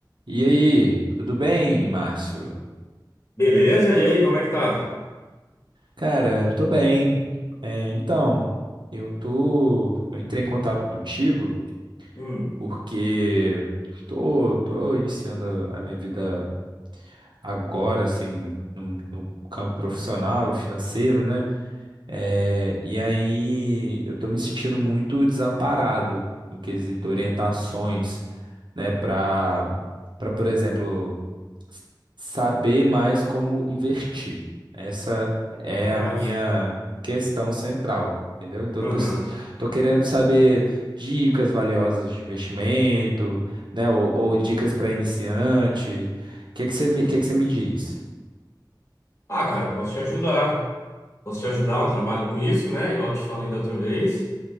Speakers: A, on the right; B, on the left.
A: E aí, tudo bem, Márcio?
B: Beleza? E aí, como é que tá?
A: Cara, tô bem. É, então, eu tô, eu entrei em contato contigo
B: Hum,
A: porque tô, tô iniciando a minha vida agora, assim, no, no campo profissional e financeiro, né? É, e aí eu tô me sentindo muito desamparado no quesito orientações, né, para para, por exemplo, saber mais como investir. Essa é
B: ah,
A: a minha
B: sim.
A: questão central, entendeu? Então,
B: Aham.
A: eu preciso, tô querendo saber dicas valiosas de investimento, né? Ou, ou dicas para iniciante. O que que você me, que que você me diz?
B: Ah, cara, posso te ajudar. Posso te ajudar, um trabalho com isso, né? Igual eu te falei da outra vez.